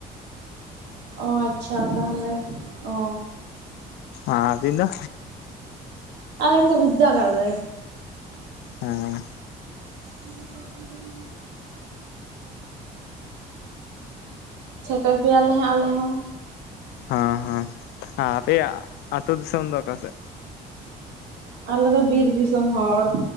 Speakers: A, on the right; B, on the left.
A: ᱚ ᱟᱪᱪᱷᱟ ᱛᱟᱦᱟᱞᱮ ᱚ᱾
B: ᱟᱵᱤᱱ ᱫᱚ?
A: ᱟᱞᱤᱧ ᱫᱚ ᱵᱤᱫᱽᱫᱟᱹᱜᱟᱲ ᱨᱮ᱾
B: ᱦᱮᱸ᱾
A: <inaudible> ᱥᱮᱴᱮᱨ ᱯᱮᱭᱟᱞᱮ ᱦᱟᱸᱜ ᱟᱞᱮ ᱦᱚᱸ᱾
B: ᱦᱚᱸ ᱦᱚᱸ᱾ ᱟ ᱟᱯᱮᱭᱟᱜ ᱟᱛᱳ ᱫᱤᱥᱚᱢ ᱫᱚ ᱚᱠᱟᱥᱮᱜ?
A: ᱟᱞᱮ ᱫᱚ ᱵᱤᱨ ᱫᱤᱥᱚᱢ ᱦᱚᱲ᱾